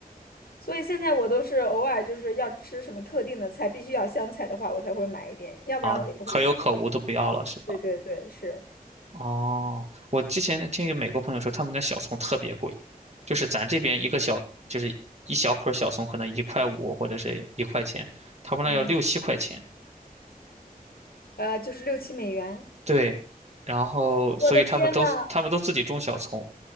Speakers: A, on the left; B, on the right.
A: 所以现在我都是偶尔就是要吃什么特定的菜，必须要香菜的话，我才会买一点，要不然我也不会买。
B: 啊，可有可无都不要了，是吧？
A: 对对对，是，
B: 哦，我之前听一个美国朋友说，他们的小葱特别贵，就是咱这边一个小，就是一小捆儿小葱可能一块五或者是一块钱，他们那要六七块钱。
A: 嗯，呃，就是六七美元。
B: 对，然后所以他们都他们都自己种小葱，
A: 我的天呐，